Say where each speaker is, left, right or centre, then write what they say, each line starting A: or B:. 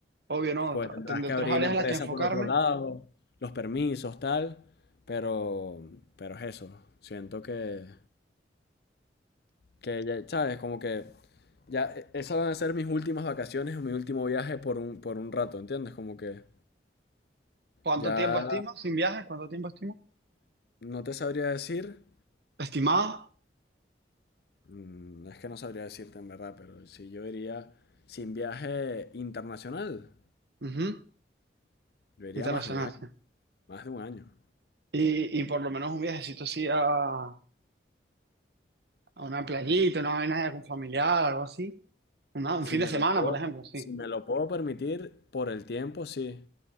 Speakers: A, on the right; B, on the left.
A: obvio, no.
B: Pues
A: otra-
B: tendrás
A: Tendré
B: que
A: otras
B: abrir
A: áreas
B: la empresa
A: en las que enfocarme.
B: por otro lado, los permisos, tal, pero, pero es eso, siento que, que ya, sabes, como que ya eh, esas van a ser mis últimas vacaciones o mi último viaje por un, por un rato, ¿entiendes? Como que
A: ¿Cuánto
B: ya
A: tiempo estima sin viaje? ¿Cuánto tiempo estima?
B: no te sabría decir.
A: Estimado,
B: Mm, es que no sabría decirte en verdad, pero si yo iría sin viaje internacional,
A: ujú,
B: yo iría
A: internacional.
B: más de un año,
A: sí.
B: más de un año.
A: Y, y por lo menos un viajecito así a, a una playita, una vaina con familiar, algo así. Una- un
B: Si
A: fin
B: me
A: de semana,
B: lo puedo,
A: por ejemplo, sí.
B: si me lo puedo permitir por el tiempo, sí,